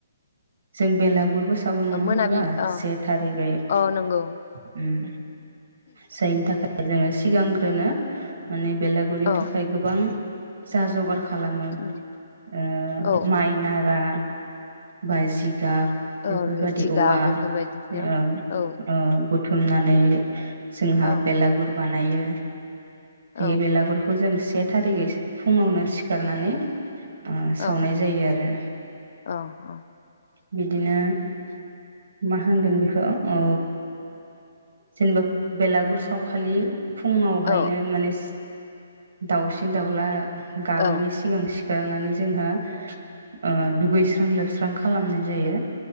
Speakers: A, on the right; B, on the left.
A: जों बेलागुरबो सावो नङा
B: औ मोनाबि
A: होमबा
B: अ
A: से थारिगै। उम
B: अ नंगौ
A: जायनि थाखाय जोङो सिगांग्रोनो माने बेलागुरनि
B: अ
A: थाखाय गोबां जा जगार खालामो
B: उम
A: ओ
B: औ
A: माइ नारा बायसि गाब बेफोरबायादि
B: औ जिगाब
A: औवा
B: बेफोरबायदिजों
A: ओ
B: औ
A: ओ बुथुमनानै जोंहा
B: औ
A: बेलागुर बानायो।
B: औ
A: बे बेलागुरखौ जों से थारिगैसो फुङावनो सिखारनानै ओ
B: औ
A: सावनाय जायो आरो।
B: औ औ
A: बिदिनो मा होनगोन बेखौ उ जेनेबा बेलागुर सावखाालि फुङावहायनो
B: औ
A: माने स दाउसिन दाउला गाबैनि
B: औ
A: सिगां सि गारनानै जोंहा ओ दुगैस्र स्रां लोबस्रां खालामनाय जायो।